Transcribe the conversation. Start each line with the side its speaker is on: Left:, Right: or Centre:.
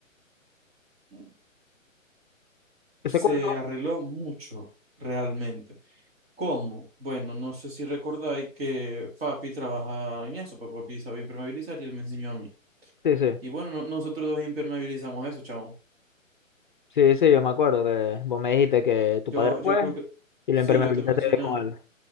Right: mm,
Left: ¿Ese
Right: se
Left: cuarto?
Right: arregló mucho realmente. ¿Cómo? Bueno, no sé si recordáis que papi trabaja en eso, pues papi sabe impermeabilizar y él me enseñó a mí.
Left: Sí, sí.
Right: Y bueno, no- nosotros dos impermeabilizamos eso, chamo.
Left: Sí, sí, yo me acuerdo que vos me dijiste que tu
Right: Yo,
Left: padre
Right: yo
Left: fue
Right: creo que
Left: y
Right: sí,
Left: lo impermeabilizaste
Right: yo te mencioné.
Left: con él.